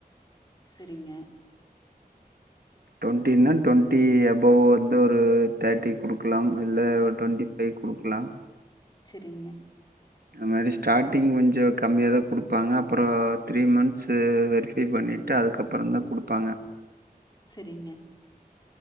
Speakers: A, on the left; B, on the right.
A: செரிங்க
B: ட்வெண்ட்டினா ட்வெண்ட்டி அபொவ் வந்து ஒரு தேட்டி குடுக்கலாம் இல்ல ட்வெண்டி ஃபை குடுக்கலா
A: செரிங்க
B: அந்த மாரி ஸ்டாட்டிங் கொஞ்சொ கம்மியா தா குடுப்பாங்க அப்றோ த்ரீ மந்த்ஸு வெரிஃபை பண்ணிட்டு அதுக்கப்பறந்தா குடுப்பாங்க
A: சரிங்க.